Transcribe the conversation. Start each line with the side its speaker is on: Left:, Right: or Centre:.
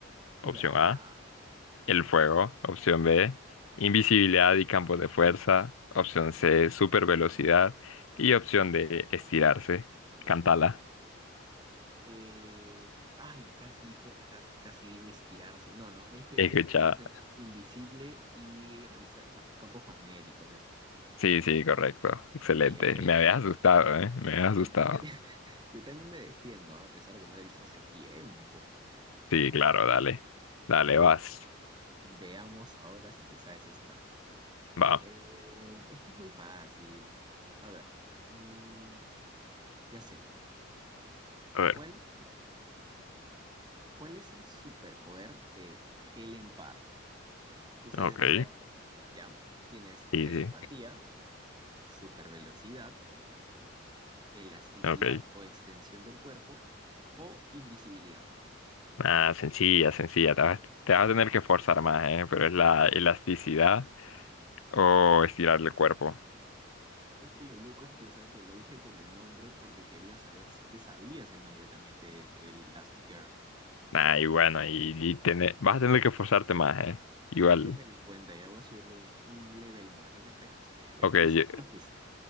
Left: Opción
Right: Ya.
Left: A, el fuego. Opción B, invisibilidad y campos de fuerza. Opción C, supervelocidad. Y opción D, estirarse. Cántala.
Right: eh, ay, casi, dijo- cas- casi digo estirarse. No, no, ese
Left: Escucha.
Right: es de ponerse invisible y realizar, o sea, campos magnéticos, eso.
Left: Sí, sí, correcto. Excelente.
Right: Bien.
Left: Me habías asustado, ¿eh? Me habías
Right: Yo,
Left: asustado.
Right: <laughs> yo también me defiendo, ¿ah? a pesar de que no lo he visto hace tiempo.
Left: Sí, claro, dale. Dale,
Right: Ok,
Left: vas.
Right: veamos ahora si te sabes esta.
Left: Va.
Right: Eh, es que es muy fácil. A ver, mm, ya sé.
Left: A ver,
Right: ¿Cuál, cuál es el superpoder de Helen Parr? Tú sabes,
Left: ok,
Right: o sea, ya tienes
Left: sí,
Right: telepatía
Left: sí,
Right: supervelocidad, elasticidad
Left: ok.
Right: No. o extensión del cuerpo o invisibilidad.
Left: Ah, sencilla, sencilla. Te vas, te vas a tener que forzar más, ¿eh? Pero es la elasticidad o estirar el cuerpo.
Right: Es que lo loco es que, o sea, te lo dije con el nombre porque quería saber si te sabías el nombre también de, de Elastigirl.
Left: Ah, y bueno, y, y tener- vas a tener que forzarte más, ¿eh? Igual.
Right: Ya me di cuenta, ya voy a subirle un, un level más, ya te fregaste, ya
Left: Ok,
Right: fuiste,
Left: yo,
Right: ya fuiste.